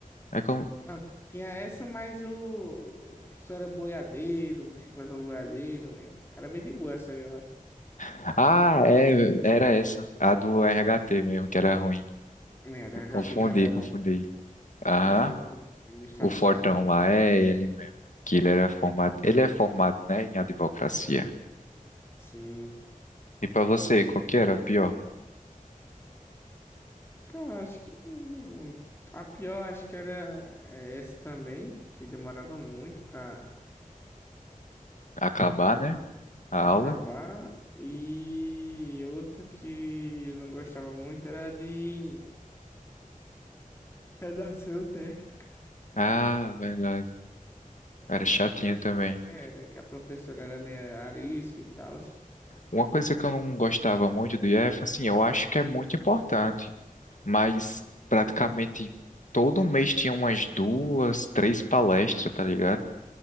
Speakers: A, on the left (about 60°); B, on the left (about 15°).
A: É como...
B: Não, tinha essa, mas o, o professor era boiadeiro, o chicletão do boiadeiro. né? Era bem de boa essa aí, eu acho.
A: Ah, é, era essa, a do RHT mesmo, que era ruim.
B: É, da
A: Eu
B: HT
A: confundi,
B: que era
A: confundi.
B: o
A: Aham,
B: professor de administração,
A: o Fortão
B: né?
A: lá, é ele mesmo. Que ele era formado, ele é formado, né, em advocacia.
B: Sim.
A: E pra você,
B: E
A: qual
B: aí?
A: que era a pior?
B: Cara, acho que hum, a pior acho que era é, essa também, que demorava muito pra
A: Acabar, né, a
B: pra
A: aula?
B: acabar. E outra que eu não gostava muito era de redação técnica.
A: Ah, verdade. Era chatinha
B: que
A: também.
B: Era que a professora era meio arisca e tal.
A: Uma coisa que eu não gostava muito do IF, assim, eu acho que é muito importante, mas praticamente todo mês tinha umas duas, três palestras, tá ligado?